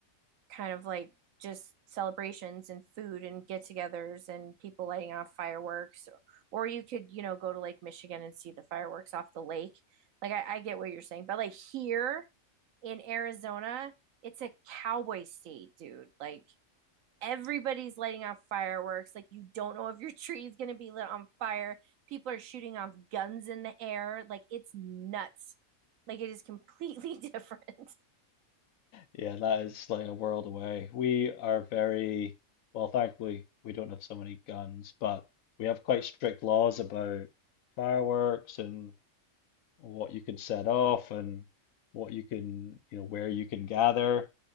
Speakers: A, on the right; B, on the left.
A: kind of like just celebrations and food and get-togethers and people lighting off fireworks or you could you know go to lake michigan and see the fireworks off the lake like i, I get what you're saying but like here in arizona it's a cowboy state dude like everybody's lighting off fireworks like you don't know if your <laughs> tree is going to be lit on fire people are shooting off guns in the air like it's nuts like it is completely different
B: Yeah, that is like a world away. We are very, well, thankfully, we don't have so many guns, but we have quite strict laws about fireworks and what you can set off and what you can, you know, where you can gather.